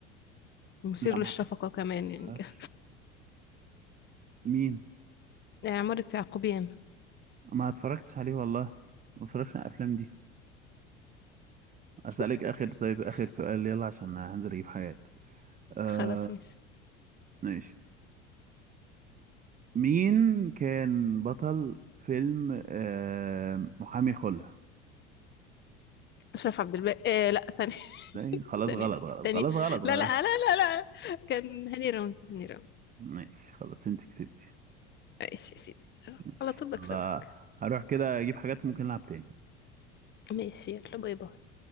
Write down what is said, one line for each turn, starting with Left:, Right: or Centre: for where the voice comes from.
Left: ومثير
Right: لا ما مش
Left: للشفقة
Right: عارف-
Left: كمان يعني
Right: ما اعرفش
Left: كده
Right: مين
Left: <laughs> آه عمارة يعقوبيان
Right: ما اتفرجتش عليه والله ما اتفرجتش على الافلام دي اسالك
Left: <laughs>
Right: اخر طيب اخر سؤال يلا عشان هنزل اجيب حاجات آه
Left: خلاص ماشي
Right: ماشي مين كان بطل فيلم آه محامي خلع
Left: أشرف عبد الباقي آه لا ثانية
Right: زي خلاص
Left: ثانية
Right: غلط غلط
Left: تاني
Right: خلاص غلط
Left: لا
Right: غلط
Left: لا لا لا لا كان هاني رمزي هاني رمزي
Right: ماشي خلاص انت كسبتي
Left: ماشي يا سيدي
Right: ماشي
Left: على طول بكسبك
Right: يلا هروح كده اجيب حاجات ممكن نلعب تاني
Left: ماشي يلا باي باي